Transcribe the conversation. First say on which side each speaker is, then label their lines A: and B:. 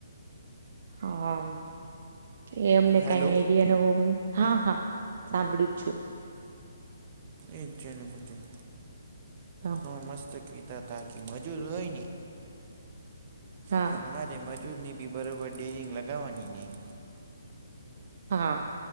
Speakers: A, on the right; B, on the right.
A: હા, એ અમને
B: હેલો
A: કઈ આઈડિયા નહિ હવે. હા, હા, સાંભળું છું.
B: એચ્છા ન પૂછે <unintelligible>
A: ત <unintelligible>
B: તો મસ્ત કહેતા હતા કે, મજૂર હોય ને‌.
A: હા
B: પણ અરે મજૂરની બી બરોબર, ડેરિંગ લગાવવાની નહીં.
A: હા,